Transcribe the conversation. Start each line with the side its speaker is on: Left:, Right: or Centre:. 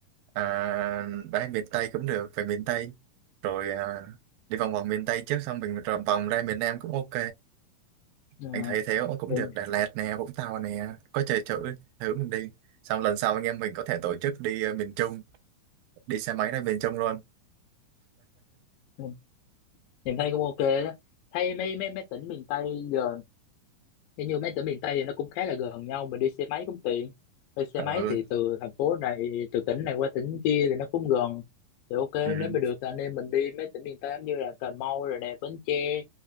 Right: à, ra miền Tây cũng được về miền Tây rồi à, đi vòng vòng miền Tây trước xong mình rồi vòng ra miền Nam cũng ok
Left: Ờ,
Right: anh thấy thế cũng cũng
Left: em
Right: được Đà Lạt nè Vũng Tàu nè có chơi chữ thử mình đi xong lần sau anh em mình có thể tổ chức đi ờ, miền Trung đi xe máy ra miền Trung luôn
Left: ờ, em thấy cũng ok đó thấy mấy mấy mấy tỉnh miền Tây giờ hình như mấy tỉnh miền Tây thì nó cũng khá là gần nhau mình đi xe máy cũng tiện đi xe
Right: ừ,
Left: máy thì từ thành phố này từ tỉnh này qua tỉnh kia thì nó cũng gần thì ok
Right: ừ
Left: nếu mà được thì anh em mình đi mấy tỉnh miền Tây giống như là Cà Mau rồi nè Bến Tre